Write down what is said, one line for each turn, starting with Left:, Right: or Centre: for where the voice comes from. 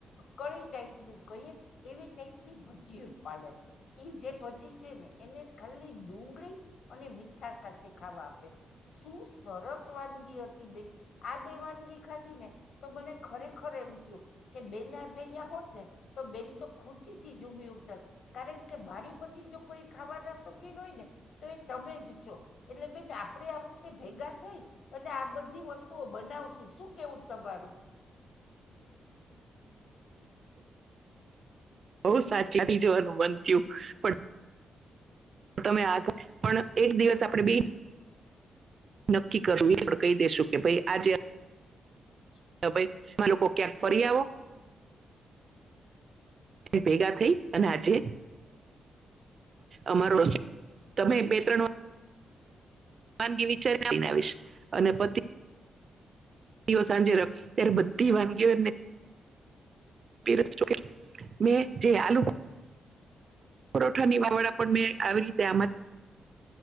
Left: કળી ટાઈપ નું કહીએ એવી ટાઈપની ભજી પાડે ઈ જે ભજી છે, ને એને ખાલી ડુંગળી અને મીઠા સાથે ખાવા આપે શું સરસ વાનગી હતી બેન. આ બે વાનગી ખાધી ને, તો મને ખરેખર એમ થયું. કે બેન આજયા હોતને તો બેનતો ખુશીથી ઝુમી ઉઠત કારણ કે મારી પછી જો કોઈ ખાવાના શોખીન હોયને, તો એ તમે જ છો. એટલે બેન આપડે આ વખતે ભેગા થઈ અને આ બધી વસ્તુઓ બનાવશું, શું કેવું તમારું?
Right: બહુ સાચી જવાનું મન થયું પણ તમે આજ પણ એક દિવસ આપણે બે નક્કી કરવીું એ પણ કહી દેેશું કે ભાઈ આજે
Left: પણ કઈ દેસું
Right: તો ભાઈ એમાં લોકો ક્યાંક ફરી આવો ભેગા થઈ અને આજે
Left: કે ગલી
Right: અમારો રસ્ તમે બે ત્રણ વાનગી વિચારી લઈને આવીશ અને પછ
Left: <inaudible>
Right: સાંજે ર ત્યારે બધી વાનગીઓ
Left: બ
Right: <unintelligible>
Left: <inaudible>
Right: પરોઠાની
Left: આલુ
Right: વાવડા
Left: પરઠાની
Right: પણ મેં
Left: વાતળ
Right: આવી રીતે આમાંથી